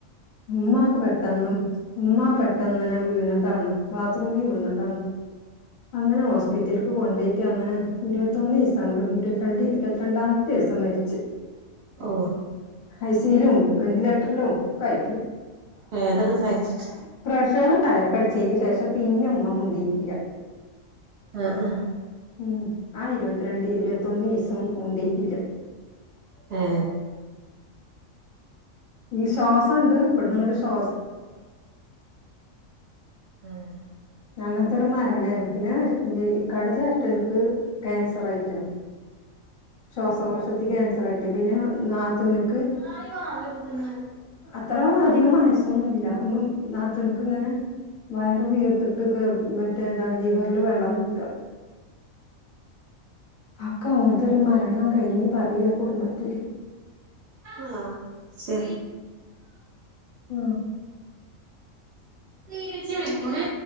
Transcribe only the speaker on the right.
ഓ
വേദന സഹിച്ചിട്ട്
ആ ആഹ്
ഹേ
ഉം
ആരാ ഈ വാതിൽന് മുണ്ടുന്നെ
ആഹ ശേ
തിരിച്ച് വിളിക്കുണു